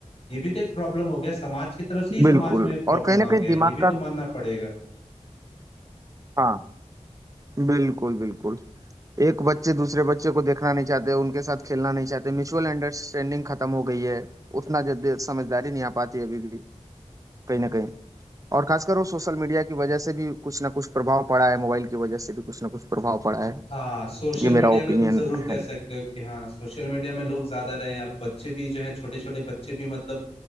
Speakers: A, on the left (about 50°); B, on the right (about 25°).
A: ये भी तो एक प्रॉब्लम हो गया समाज की तरफ से ही समाज
B: बिल्कुल
A: में प्रॉब्लम
B: और कहीं ना
A: आ
B: कहीं
A: गया
B: दिमाग
A: है ये भी
B: का
A: तो मानना पड़ेगा
B: हाँ बिल्कुल बिल्कुल एक बच्चे दूसरे बच्चे को देखना नहीं चाहते उनके साथ खेलना नहीं चाहते म्यूचुअल अंडरस्टैंडिंग खत्म हो गई है उतना जल्दी समझदारी नहीं आ पाती है अभी भी कहीं ना कहीं और खासकर वो सोशल मीडिया की वजह से भी कुछ ना कुछ प्रभाव पड़ा है मोबाइल की वजह से भी कुछ ना कुछ प्रभाव पड़ा है
A: हाँ सोशल
B: ये मेरा
A: मीडिया का
B: ओपिनियन
A: तुम जरूर कह
B: है
A: सकते हो कि हाँ सोशल मीडिया में लोग ज्यादा रहे हैं अब बच्चे भी जो है छोटे छोटे बच्चे भी मतलब